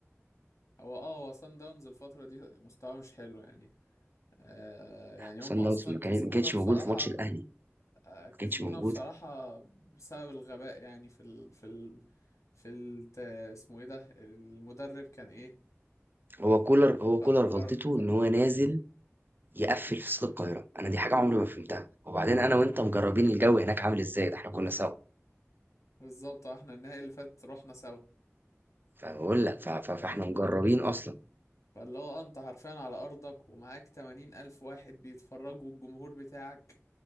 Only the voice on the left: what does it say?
هو اه هو سان داونز الفترة دي مستواه مش حلو يعني آه يعني
هم اصلا
كسبونا
بصراحة
آه كسبونا
بصراحة بسبب الغباء يعني في ال في ال في ال اسمه ايه ده المدرب كان ايه
خر
خر خ-
بالظبط آه، احنا النهائي اللي فات رحنا سوا
ف
فاللي هو آه، انت حرفيا على ارضك ومعاك 80 الف واحد بيتفرجوا الجمهور بتاعك